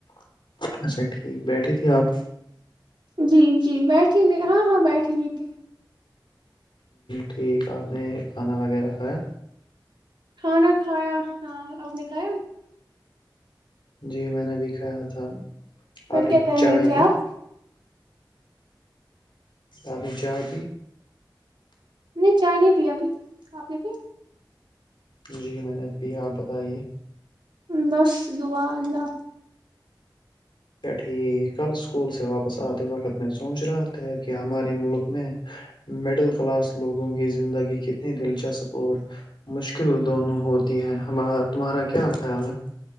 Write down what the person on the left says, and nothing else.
اچھا ٹھیک بیٹھی تھی آپ
ٹھیک آپ نے کھانا وغیرہ کھایا
جی میں نے بھی کہھا تھا
آپ نے
چائے
پی
آنی چائے پ
جی میں نے اب بھی آپ بتائیے
ٹ کل اسکول سے واپس آتے وقت میں سوچ رہا تھا کہ ہمارے ملک میں مڈل کلاس لوگوں کی زندگی کتنی دلچسپ اور مشکل دونوں ہوتی ہے تمہارا کیا خیال ہے